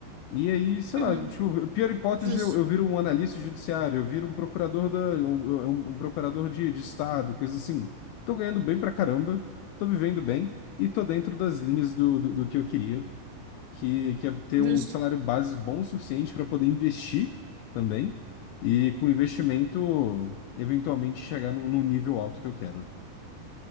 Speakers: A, on the left; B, on the right.
A: E aí, sei
B: uhum.
A: lá, tipo, pior hipótese,
B: Justo,
A: eu, eu viro um analista judiciário, eu viro um procurador da, um, um- um procurador de, de estado, coisa assim. Tô ganhando bem pra caramba, tô vivendo bem e tô dentro das linhas do, do, do que eu queria, que, que é ter
B: justo.
A: um salário base bom o suficiente para poder investir também e com investimento eventualmente chegar num, num nível alto que eu quero.